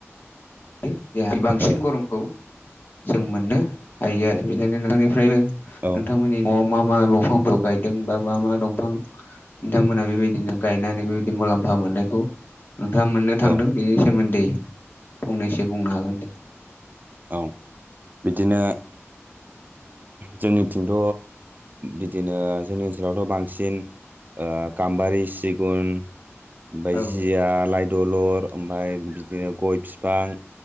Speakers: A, on the left (about 45°); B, on the right (about 40°).
A: खाय बांसिन
B: औ
A: गरमखौ जों मोननो हायो आरो। बेनिखायनो नोंथांनिफ्रायबो नोंथां
B: औ
A: मोननि न'आव मा मा दंफांफोर गायदों बा मा मा दंफां नोंथांमोना बेबायदिनो गायनानै बेबायदि मुलाम्फा मोननायखौ नोंथाङा मोननो थांदों
B: औ
A: बेनि सोमोन्दै फंनैसो बुंनो हागोन दे।
B: औ बिदिनो जोंनिथिंथ' बिदिनो जोंनि ओनसोलावथ' बांसिन ओ गाम्बारि सिगुन ओमफाय
A: औ
B: जिया लाइ दलर ओमफाय बिदिनो गय फिफां